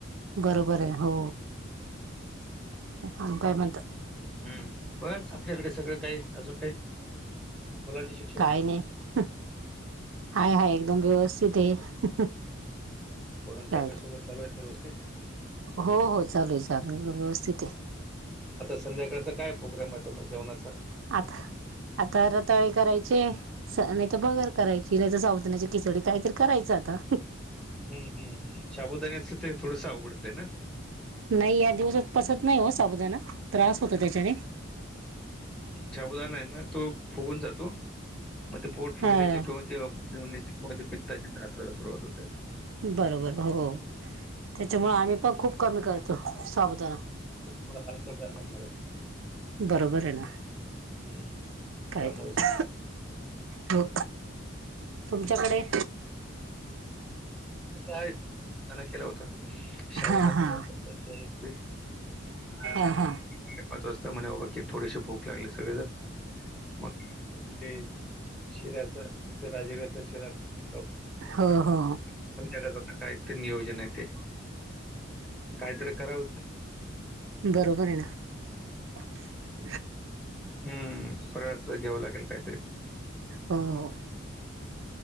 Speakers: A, on the right; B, in the centre.
A: बरोबर आहे हो, आणि काय म्हणत
B: हम्म, बस आपल्याकडे सगळं काही अजून काही मुलांचे शि
A: काय नाही, हाय हाय एकदम व्यवस्थित आहे.
B: पोराचं
A: काय
B: अभ्यास वगैरे चालू आहेत ना व्यवस्थित.
A: हो हो चालूय चालूय एकदम व्यवस्थित आहे.
B: आता संध्याकाळचा काय प्रोग्राम आहे आता मग जेवणाचा?
A: आता, आता रताळे करायचे, नाही तर बगर करायची, नाही तर शाबूदाण्याची खिचडी काहीतरी करायच आता.
B: हम्म हम्म हम्म, शाबुदाण्याचं ते थोडसं अवघडच आहे ना.
A: नाही या दिवसात पचत नाही हो साबुदाणा, त्रास होतो त्याच्याने.
B: साबुदाणा आहे ना, तो फुगून जातो, मग ते पोट फुगण्याचे
A: हा
B: किंवा ते ते ते पित्ताची त्रास व्हायला सुरुवात होते.
A: बरोबर हो, त्याच्यामुळे आम्ही पण खूप कमी करतो साबुदाणा.
B: थोडा हलकं जना घ्यायला पाहिजे.
A: बरोबर आहे ना,
B: हम्म.
A: कायतर.
B: त्यामुळे समजा
A: हो तुमच्याकडे
B: त्याने केलं होता, साबुदाणा
A: हा हा
B: ह <unintelligible>
A: हा हा
B: पाच वाजता म्हणे बाबा की थोडीसी भूक लागले सगळेजण, मग ते, शिऱ्याचं, ते राजगिर्याचा शिरा खाउन घेतला होता.
A: हो हो.
B: संध्याकाळच आता काय तर नियोज जन आहे ते, काहीतरी करावं
A: बरोबर आहे ना. <inaudible>
B: हम्म, फराळाचं घ्यावं लागेल काहीतरी.
A: हो हो.